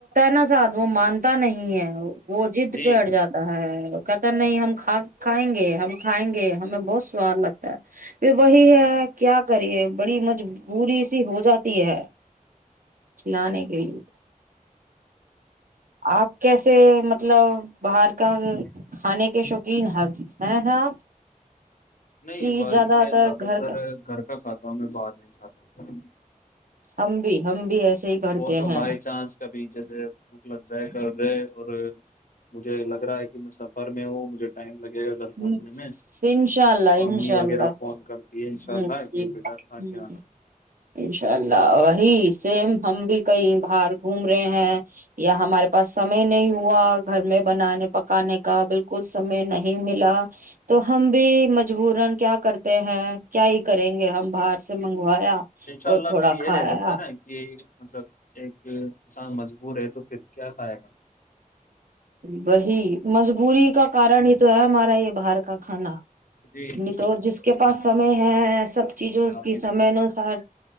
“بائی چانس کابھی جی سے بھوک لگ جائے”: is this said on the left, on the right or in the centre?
Left